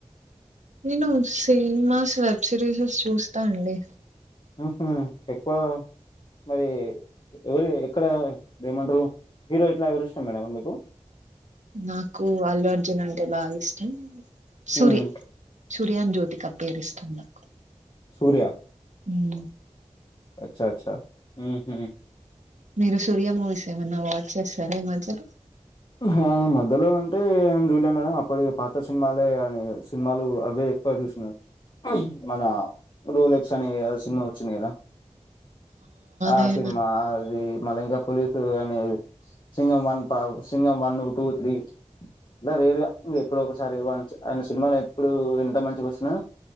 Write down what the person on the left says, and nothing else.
ఊహూ ఎక్కువ మరి ఎవరు ఎక్కడ ఏమంట్రు హీరో ఇట్లా ఎవరు ఇష్టం మేడం మీకు
మ్మ్
సూర్య
చ చ ఉమ్హూ
హ మధ్యలో అంటేం జూల్ల మేడం అప్పడివే పాత సినిమాలే అని సినిమాలు అవే ఎక్కువ జూష్న. మన రోలెక్స్ అనే ఇగ సినిమా వొచ్చింది గదా. ఆ
సిన్మాది. మళ్ళి ఇంక పోలీసు అనే సింఘం వన్ పా. సింఘం వన్ను టూ త్రీ <unintelligible> రేర్గా ఇంగెప్పుడో ఒగసారి వన్ చ్ ఆయన సినిమాలెప్పుడూ ఎంత మంచిగొచ్చినా